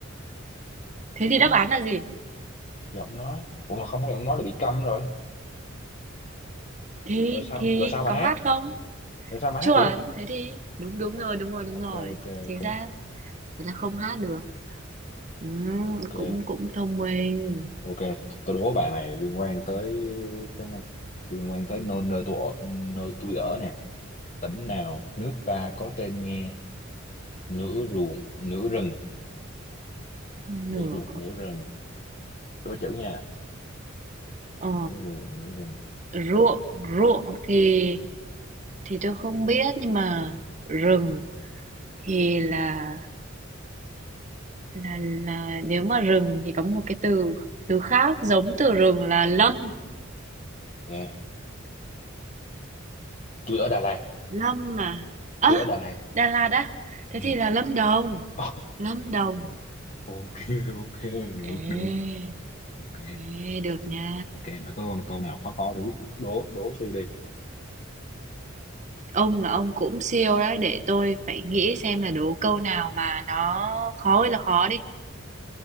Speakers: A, on the right (about 35°); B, on the left (about 40°).
A: Thế thì
B: đúng
A: đáp
B: không
A: án là gì?
B: giọng nói ủa mà không có giọng nói là bị câm rồi
A: Thì
B: rồi sao
A: thì
B: rồi sao mà
A: có
B: hát
A: hát không?
B: rồi sao mà
A: Chuẩn,
B: hát được
A: thế thì đúng đúng
B: Ồ,
A: rồi, đúng rồi, đúng
B: Ok
A: rồi.
B: ok
A: Chính
B: ok
A: xác. Thế là không hát được. Ừm,
B: ok
A: cũng cũng thông minh.
B: Ok, t- tôi đố bạn này liên quan tới cái này liên quan tới nơi nơi tôi ở, nơi tôi ở nè. Tỉnh nào nước ta có tên nghe nửa ruộng nửa rừng
A: Nửa
B: nửa ruộng nửa rừng đố chữ nha
A: ờ
B: nửa ruộng nửa rừng
A: ruộng, ruộng thì thì tôi không biết nhưng mà rừng thì là là là nếu mà rừng thì có một cái từ từ khác giống từ rừng là lâm.
B: ok tôi ở Đà Lạt
A: Lâm mà. À,
B: tôi ở Đà Lạt
A: Đà Lạt á. Thế
B: ừ.
A: thì là Lâm Đồng.
B: <laughs>
A: Lâm Đồng.
B: ok ok được
A: Ê.
B: được ok
A: Ê, được nha.
B: ok mà có con câu nào khó khó đố đố đố tôi đi
A: Ông là ông cũng siêu đấy, để tôi phải nghĩ xem là đố câu nào mà nó khó hay là khó đi.